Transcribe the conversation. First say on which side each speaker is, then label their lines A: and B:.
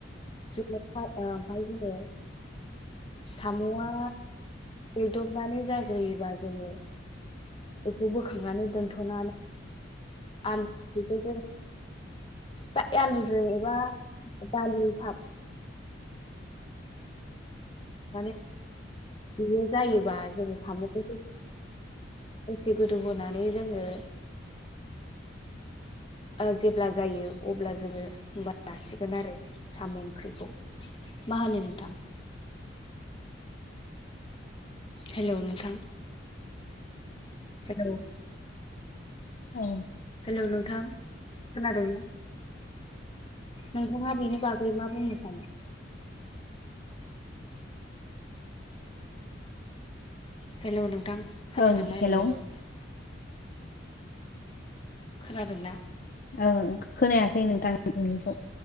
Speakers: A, on the left; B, on the left.
A: जो ओमफ्राय ओ फाय जोङो। साम'आ एदबनानै जाग्रोयोबा जोङो बेखौ बोखांनानै दोनथ'नानै <inaudible> बा ए आलुजों एबा दालि फा <unintelligible> बियो जायोबा जोङो साम'खौ <unintelligible> गोदौ होनानै जोङो ओ जेब्ला जायो अब्ला जोङो होमबा जासिगोन आरो साम' ओंख्रिखौ। मा होनो नोंथां? हेल' नोंथां। हेलौ?
B: औ।
A: हेलौ नोंथां खोनादों? नोंथाङा बेनि बागै मा बुंनो सानो? हेलौ नोंथां खोनादोंना
B: ओं
A: हेलौ-हेलौ।
B: हेल' ओं
A: खोनादोंना?
B: ओ खोनायाखै नोंथां नोंनिखौ